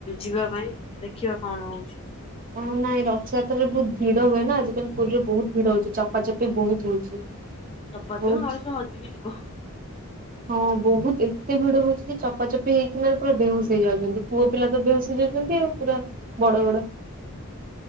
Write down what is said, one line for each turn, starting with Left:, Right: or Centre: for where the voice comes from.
Left: ଯିବା ପାଇଁ ଦେଖିବା କଣ ହଉଛି?
Right: ହଁ ନାଇଁ ରଥଯାତ୍ରାରେ ବହୁତ ଭିଡ ହୁଏ ନା ଆଜି କାଲି ପୁରୀରେ ବହୁତ ଭିଡ ହଉଛି ଚପାଚପି ବହୁତ୍ ହଉଛି।
Left: ଚପାତେ
Right: ବହୁତ
Left: ବି ମଣିଷ ହଜି ବି ଯିବ।
Right: ହଁ ବହୁତ ଏତେ ଭିଡ ହଉଛି ଯେ ଚପାଚପି ହେଇକିନା ବେହୋସ ହେଇଯାଉଛନ୍ତି। ପୁଅପିଲା ତ ବେହୋସ ହୋଇଯାଉଛନ୍ତି ଆଉ ପୁରା ବଡ଼ ବଡ଼